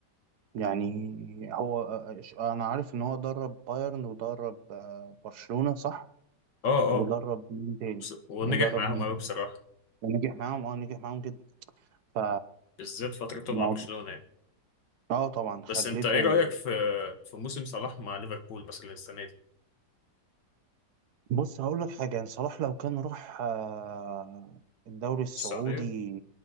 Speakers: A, on the right; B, on the left.
A: يعني هو آه، أنا عارف إن هو درب بايرن ودرب آه، برشلونة صح
B: اه
A: ودرب
B: آه.
A: مين تاني
B: بس- ونجح
A: ودرب
B: معاهم
A: مين
B: قوي
A: تاني
B: بصراحة
A: ونجح معاهم اه نجح معاهم جدا ف
B: بالذات فترته
A: الموضوع-
B: مع برشلونة يعني
A: اه طبعا خليته
B: بس انت ايه رأيك في في موسم صلاح مع ليفربول مثلا السنة دي
A: بص هقول لك حاجة يعني صلاح لو كان راح آه، الدوري السعودي
B: السعودية